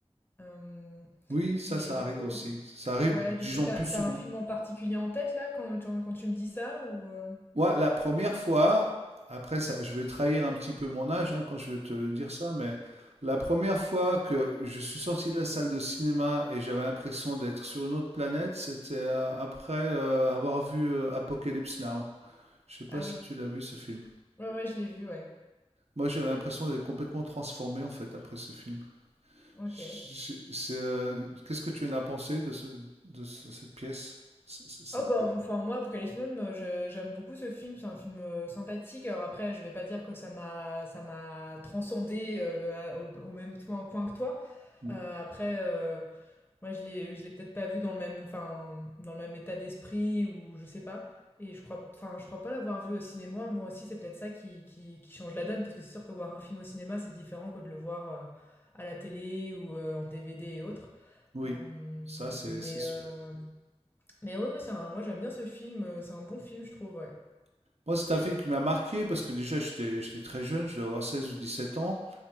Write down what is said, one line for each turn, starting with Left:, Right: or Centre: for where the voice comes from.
Left: Euh,
Right: Oui, ça,
Left: mais
Right: ça
Left: du
Right: arrive
Left: coup,
Right: aussi. Ça arrive,
Left: ouais, du
Right: disons,
Left: coup, t'as,
Right: plus
Left: t'as
Right: souvent.
Left: un film en particulier en tête là quand tu, quand tu me dis ça, ou euh,
Right: Moi, la première fois, après ça, je vais trahir un petit peu mon âge hein, quand je vais te dire ça, mais la première fois que je suis sorti de la salle de cinéma et j'avais l'impression d'être sur une autre planète, c'était euh, après euh, avoir vu euh, Apocalypse Now. Je sais pas
Left: Ah
Right: si
Left: oui,
Right: tu l'as vu ce film.
Left: ouais, ouais, je l'ai vu, ouais.
Right: Moi, j'avais l'impression d'être complètement transformé en fait après ce film.
Left: Ok.
Right: Je- je- c'est, euh, Qu'est-ce que tu en as pensé de ce, de ce- cette pièce? C- c- cette-
Left: Oh bah, enfin moi Apocalypse Now, euh, je- j'aime beaucoup ce film, c'est un film euh, sympathique. Alors après, je vais pas dire que ça m'a ça m'a transcendé euh, à- au, au même point, point que toi.
Right: euh,
Left: Euh, après euh, moi je l'ai je l'ai peut-être pas vu dans le même enfin dans le même état d'esprit ou je sais pas et je crois enfin je crois pas l'avoir vu au cinéma. Moi aussi, c'est peut-être ça qui, qui, qui change la donne parce que c'est sûr que voir un film au cinéma, c'est différent que de le voir euh, à la télé ou euh, en DVD et autres.
Right: Oui,
Left: Euh,
Right: ça c'est
Left: mais,
Right: c'est sûr.
Left: euh, mais ouais, ouais, c'est un- moi j'aime bien ce film, euh, c'est un bon film, je trouve, ouais.
Right: Moi, c'est un film qui m'a marqué parce que déjà, j'étais, j'étais très jeune, je devais avoir 16 ou 17 ans.